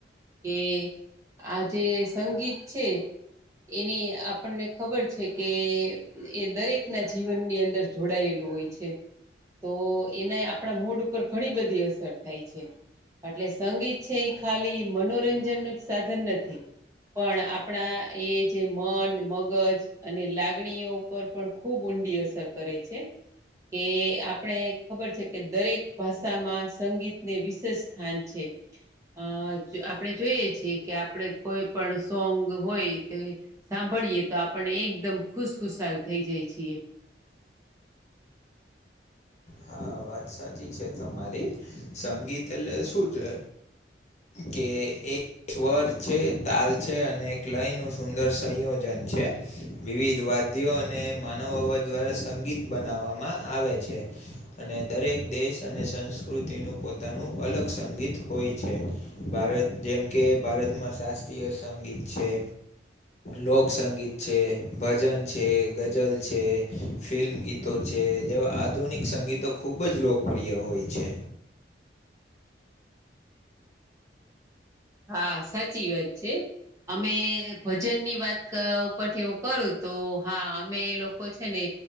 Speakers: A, on the right; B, on the left.
A: કે આજે સંગીત છે એની આપણને ખબર છે કે એ દરેક ના જીવનની અંદર જોડાયેલું હોય છે તો એને આપણા મૂડ ઉપર ઘણી બધી અસર થાય છે એટલે સંગીત છે એ ખાલી મનોરંજન નું જ સાધન નથી પણ આપણા એ જે મન મગજ અને લાગણીઓ ઉપર પણ ખૂબ ઊંડી અસર કરે છે કે આપણે ખબર છે કે દરેક ભાષામાં સંગીત ને વિશેષ સ્થાન છે. અ આપણે જોઈએ છીએ કે આપણે કોઈ પણ સોંગ હોય તે સાંભળીએ તો આપણને એકદમ ખુશખુશાલ થઇ જાય છીએ.
B: હા વાત સાચી છે તમારી સંગીત એટલે શું છે? કે એ સ્વર છે, તાલ છે અને એક લયનું સુંદર સંયોજન છે. વિવિધ વાદીઓ અને માનવ હવા દ્વારા સંગીત બનાવવામાં આવે છે. અને દરેક દેશ અને સંસ્કૃતિનું પોતાનું અલગ સંગીત હોય છે. ભારત જેમ કે ભારતમાં શાસ્ત્રીય સંગીત છે. લોકસંગીત છે, ભજન છે, ગઝલ છે, ફિલ્મ ગીત તો જે જેવા આધુનિક સંગીતો ખૂબ જ લોકપ્રિય હોય છે.
A: હા સાચી વાત છે. અમે ભજનની વાત ઉપરથી હું કરું તો હા અમે એ લોકો છે ને